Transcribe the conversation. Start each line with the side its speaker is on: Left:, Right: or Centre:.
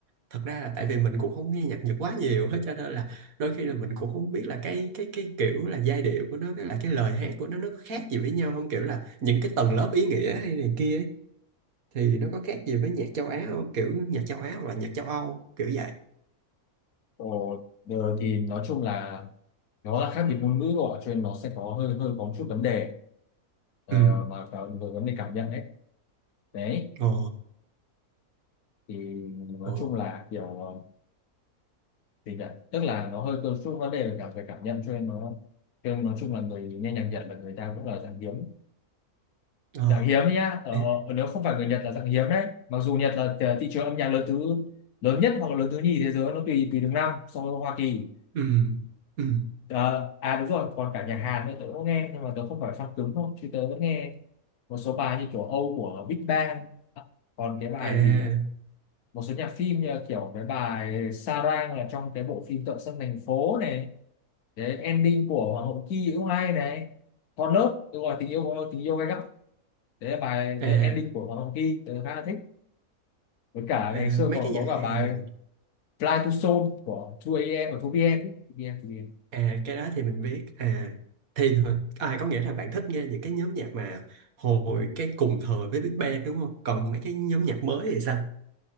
Right: thật ra là tại vì mình cũng không nghe nhạc Nhật quá nhiều hết cho nên là đôi khi là mình cũng không biết là cái cái cái kiểu là giai điệu của nó với là cái lời hát của nó nó có khác gì với nhau không kiểu là những cái tầng lớp ý nghĩa hay này kia ấy, thì nó có khác gì với nhạc châu Á không kiểu nhạc châu Á hoặc là nhạc châu Âu kiểu vậy
Left: Ồ, giờ thì nói chung là nó là khác biệt ngôn ngữ rồi cho nên nó sẽ có hơi hơi có một chút vấn đề ờ,
Right: ừ
Left: mà cả- về vấn đề cảm nhận đấy đấy
Right: ồ
Left: thì nói
Right: ồ
Left: chung là kiểu ờ, gì nhỉ tức là nó hơi có chút vấn đề về cả về cảm nhận cho nên nó cho nên nói chung là người nghe nhạc Nhật là người ta cũng là dạng hiếm
Right: ờ
Left: dạng hiếm đấy nhá ờ,
Right: <laughs> Ê.
Left: ờ, ờ, nếu không phải người Nhật là dạng hiếm đấy mặc dù Nhật là t- thị trường âm nhạc lớn thứ lớn nhất hoặc là lớn thứ nhì thế giới nó tùy tùy từng năm so với Hoa Kỳ
Right: ừ ừ
Left: Ờ, à đúng rồi còn cả nhạc Hàn nữa tớ cũng nghe nhưng mà tớ không phải fan cứng thôi chứ tớ vẫn nghe một số bài như kiểu Âu của Big Bang À, còn cái bài
Right: à,
Left: gì này một số nhạc phim như là kiểu cái bài Sarang là trong cái bộ phim Tợ Sân Thành Phố này cái ending của Hoàng hậu Ki cũng hay này Con lớp tôi gọi tình yêu của tình yêu gay gắt đấy là bài
Right: à
Left: đấy là ending của Hoàng hậu Ki tớ khá là thích với cả
Right: À,
Left: ngày xưa
Right: mấy
Left: còn
Right: cái
Left: có
Right: nhạc Hàn
Left: cả bài Fly to Seoul của hai A am của 2PM Em pm 2PM
Right: à cái đó thì mình biết à thì thôi à có nghĩa là bạn thích nghe những cái nhóm nhạc mà hồi cái cùng thời với Big Bang đúng không còn mấy cái nhóm nhạc mới thì sao